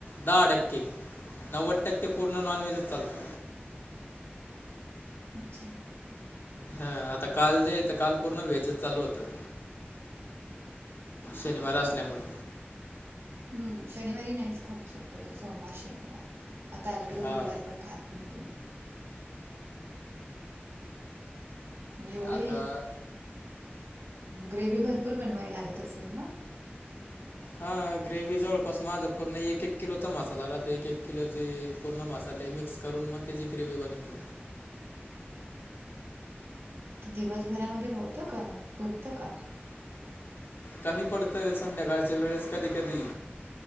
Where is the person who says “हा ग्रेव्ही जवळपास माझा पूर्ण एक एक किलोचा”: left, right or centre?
Left